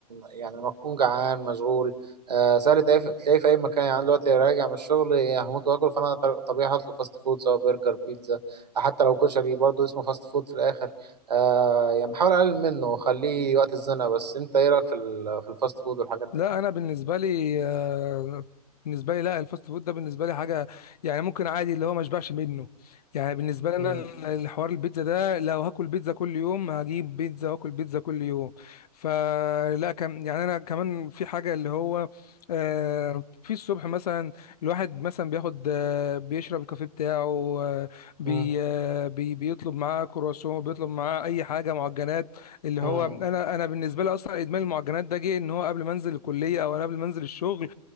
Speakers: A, on the right; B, on the left.
A: يعني لما تكون جعان مشغول آه، سهل تلاقيه في تلاقيه في اي مكان يعني أنا دلوقتي راجع من الشغل هموت واكل فانا طبيعي هطلب فاست فود سواء برجر بيتزا حتى لو كشري برضه اسمه فاست فود في الاخر آه يعني بحاول اقلل منه وخليه وقت الزنقه بس انت ايه رايك في ال- في الفاست فود والحاجات دي
B: لا انا بالنسبه لي آه، بالنسبه لي لا الفاست فود ده بالنسبه لي حاجه يعني ممكن عادي اللي هو ما اشبعش منه يعني بالنسبه لي
A: امم
B: انا ال- الحوار البيتزا ده لو هاكل بيتزا كل يوم هجيب بيتزا واكل بيتزا كل يوم فلا كم يعني انا كمان في حاجه اللي هو آه، في الصبح مثلا الواحد مثلا بياخد آه، بيشرب الكافيه بتاعه آه، بي
A: امم
B: آه، بي بيطلب معاه كرواسون بيطلب معاه اي حاجه معجنات اللي
A: امم
B: هو انا انا بالنسبه لي اصلا ادمان المعجنات ده جه ان هو قبل ما انزل الكليه او انا قبل ما انزل الشغل